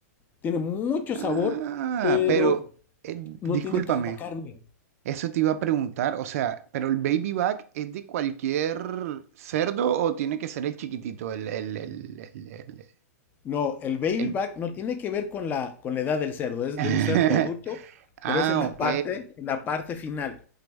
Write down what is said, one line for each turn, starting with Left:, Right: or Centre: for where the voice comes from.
Left: tiene mucho
Right: Ah,
Left: sabor, pero
Right: pero eh,
Left: no
Right: discúlpame,
Left: tiene tanta carne.
Right: eso te iba a preguntar, o sea, ¿pero el baby back es de cualquier cerdo o tiene que ser el chiquitito, el, el, el, el, el-
Left: No, el baby
Right: el-
Left: back no tiene que ver con la, con la edad del cerdo, es
Right: <laughs>
Left: de un cerdo adulto,
Right: Ah,
Left: pero es en la
Right: ok,
Left: parte, en la parte final.